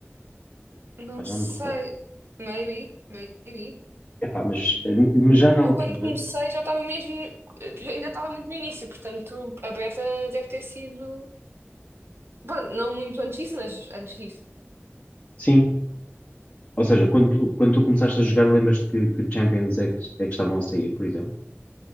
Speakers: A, on the right; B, on the left.
A: <laughs> Não
B: Epá, já
A: sei.
B: não me recordo.
A: Maybe, maybe.
B: Epá, mas, eh, mas já na altura,
A: Eu quando comecei já estava mesmo, ainda estava muito no início, portanto a Beta deve ter sido, pronto, não muito antes disso, mas antes disso.
B: sim. Ou seja, quando tu, quando tu começaste a jogar, lembras-te que, que Champions é que, é que estavam a sair, por exemplo?